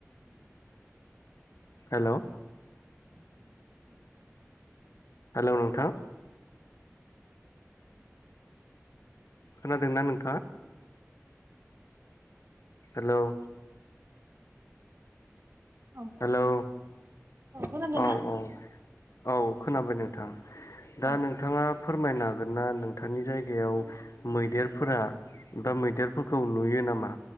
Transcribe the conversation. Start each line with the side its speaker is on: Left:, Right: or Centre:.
Right: उम
Left: हेल'
Right: उम
Left: हेलौ नोंथां खोनादोंना नोंथाङा? हेल'
Right: औ
Left: हेलौ
Right: खोनादों
Left: औ
Right: ना?
Left: औ औ खोनाबाय नोंथां दा
Right: औ
Left: नोंथाङा? फोरमायनो हागोन ना नोंथांनि जायगायाव मैदेरफोरा मैदेरफोरखौ नुयो नामा